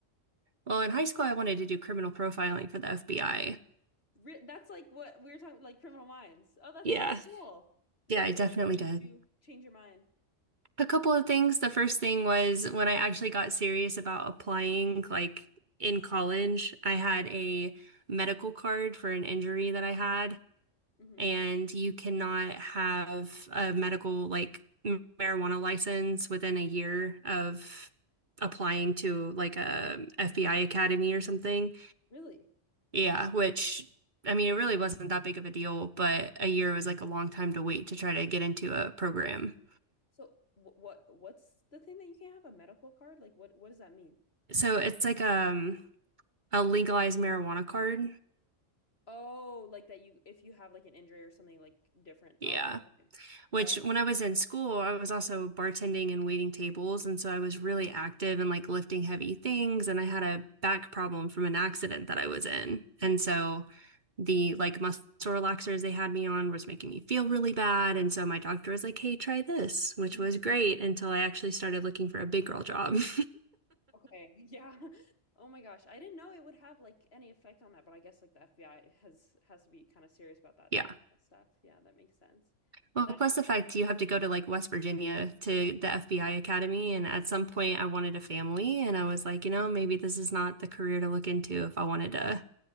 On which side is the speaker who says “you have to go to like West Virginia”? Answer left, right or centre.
Right